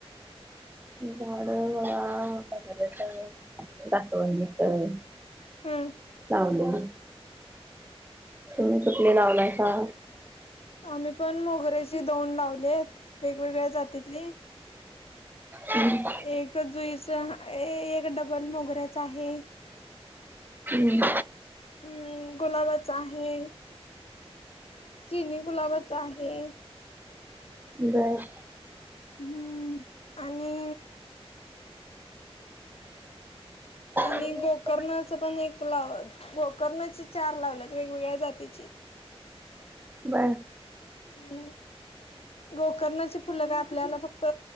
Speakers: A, on the right (about 20°); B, on the left (about 70°).
A: झाड वा वगरेच दासवंदीच
B: हम्म
A: चवले तुम्ही कुठले लावलाय का
B: आम्ही पण मोगऱ्याची दोन लावलेत वेगवेगळ्या जातीतली
A: हम्
B: एक जुईच एक डबल मोगऱ्याच आहे
A: हम्म
B: अम् गुलाबाच आहे. चिनी गुलाबाच आहे.
A: बर
B: हम्म आणि आणि
A: बर.
B: गोकर्णाच पण एक लाव गोकर्णाचे चार लावल्यात वेगवेगळ्या जातीची
A: बरं
B: <unintelligible> गोकर्णाची फुलं काय आपल्याला फक्त